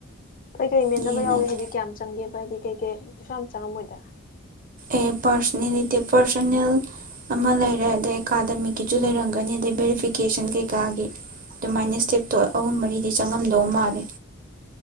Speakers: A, on the left; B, on the right.
A: ꯀꯩ ꯀꯩ ꯃꯦꯟꯅꯕ
B: ꯌꯦꯡꯉꯒꯦ
A: ꯌꯥꯎꯏꯦ ꯍꯥꯏꯗꯤ ꯀꯌꯥꯝ ꯆꯪꯒꯦꯕ ꯍꯥꯏꯗꯤ ꯀꯩ ꯀꯦ ꯀꯩꯁꯨ ꯌꯥꯝ ꯆꯪꯉꯝꯃꯣꯏꯗ
B: ꯑꯦ ꯄꯔꯁꯅꯦꯇꯤ ꯄꯥꯔꯁꯅꯦꯜ ꯑꯃ ꯂꯩꯔꯦ ꯑꯗꯩ ꯑꯦꯀꯥꯗꯃꯤꯛꯀꯤꯁꯨ ꯂꯩꯔꯝꯒꯅꯤ ꯑꯗꯩ ꯚꯦꯔꯤꯐꯤꯀꯦꯁꯟ ꯀꯩꯀꯥꯒꯤ ꯑꯗꯨꯃꯥꯏꯅ ꯏꯁꯇꯦꯞꯇꯣ ꯑꯍꯨꯝ ꯃꯔꯤꯗꯤ ꯆꯪꯉꯝꯗꯧ ꯃꯥꯜꯂꯦ